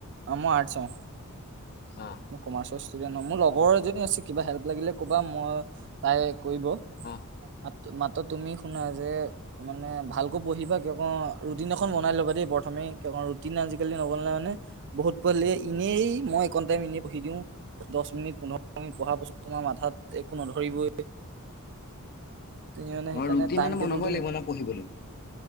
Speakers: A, on the right; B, on the left.
A: মই আৰ্টৰ,
B: অ
A: মই কমাৰ্চ। ষ্টুডেণ্ট ন, মোৰ লগৰ এজনী আছে কিবা হেল্প লাগিলে কবা মই, তাই কৰিব ম
B: অ
A: মাত্ৰ তুমি শুনা যে মানে ভালকো পঢ়িবা কিয় কও ৰুটিন এখন বনাই ল'বা দেই প্ৰথমে কিয় কও ৰুটিন আজিকালি নবনালে <unintelligible> বহুত পোৱালি এনেই মই একন টাইম এনেই পঢ়ি দিওঁ দশ মিনিট পোন্ধৰ মিনিট পঢ়াৰ পাছত তোমাৰ মাথাত একো নধৰিবই। তুমি মানে সেইকাৰণে
B: অ ৰুটিন
A: টাইম টেবুল
B: <unintelligible> লাগিব ন পঢ়িবলে।